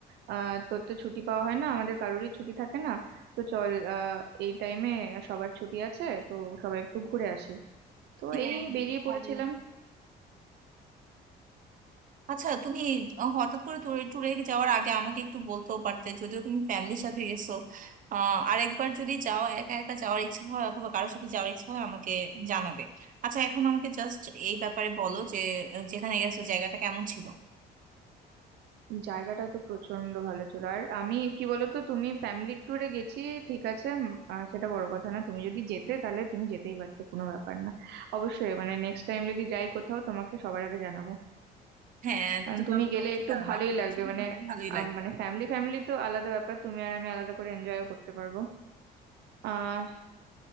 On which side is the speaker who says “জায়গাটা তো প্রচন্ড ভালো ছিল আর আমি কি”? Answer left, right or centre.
Right